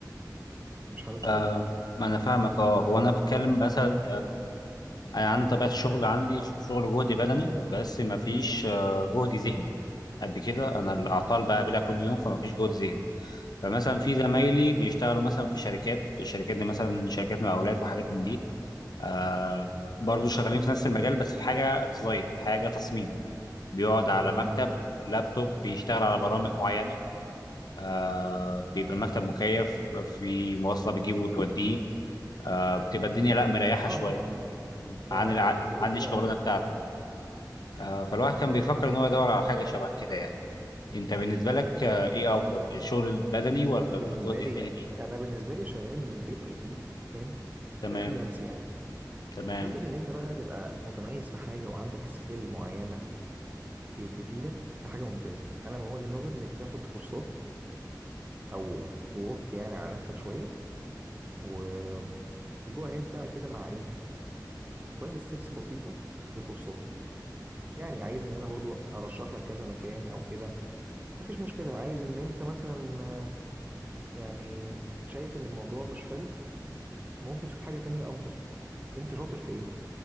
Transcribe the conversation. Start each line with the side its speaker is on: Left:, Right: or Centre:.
Right: مش حابب
Left: آه
Right: كده
Left: ما أنا فاهمك أه هو أنا بتكلم مثلا انا عندي طبيعه الشغل عندي ش- شغل جهدي بدني بس ما فيش آه، جهد ذهني قد كده انا
Right: حلو
Left: الاعطال بقابلها كل يوم فما فيش جهد ذهني فمثلا
Right: م.
Left: في زمايلي بيشتغلوا مثلا في شركات الشركات دي مثلا شركات مقاولات وحاجات من دي آه برضه شغالين في نفس المجال بس في حاجه ديزاين حاجه تصميم بيقعد على
Right: تمام
Left: مكتب
Right: جميل
Left: لابتوب بيشتغل على
Right: جميل
Left: برامج معينه آه بيبقى المكتب مكيف في مواصله بتجيبه وتوديه آه بتبقى الدنيا لا مريحه
Right: اه
Left: شويه
Right: طبعا طبعا
Left: عن الع...
Right: هو بالنسبة له
Left: عن
Right: كده
Left: الشغلانه بتاعتي آه، فالواحد كان بيفكر ان هو يدور على حاجه شبه كده يعني انت بالنسبه لك
Right: أنا
Left: آه، ايه افضل الشغل البدني
Right: بال-
Left: ولا
Right: بالنسبه
Left: الجهد
Right: لي
Left: الذهني
Right: انا بالنسبه لي شغال من البيت اي تي فاهم
Left: تمام
Right: كفريلانس يعني
Left: تمام
Right: حته ان انت بقى تبقى متميز في حاجه وعندك سكيل معينه ت- تفيدك ده حاجه ممتازه انا من وجهه نظري انك تاخد كورسات او تورك يعني على نفسك شويه وتجو اهيد بقى كده مع ايه شويه ستيبس بسيطه لكورسات يعني عايز ان انا برضو ارشح لك كذا مكان او كده مفيش مشكله عايز ان انت مثلا آه، يعني شايف ان الموضوع مش حلو ممكن تشوف حاجه تانية افضل انت شاطر في ايه